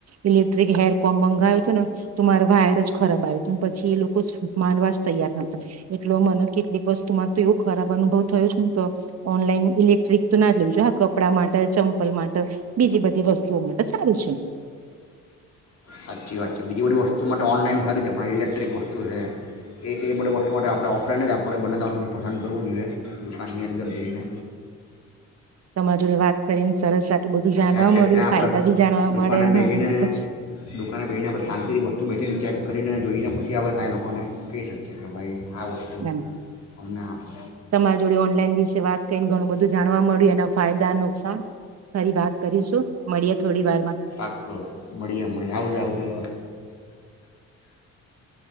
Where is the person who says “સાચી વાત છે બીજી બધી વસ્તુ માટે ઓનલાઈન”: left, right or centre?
Left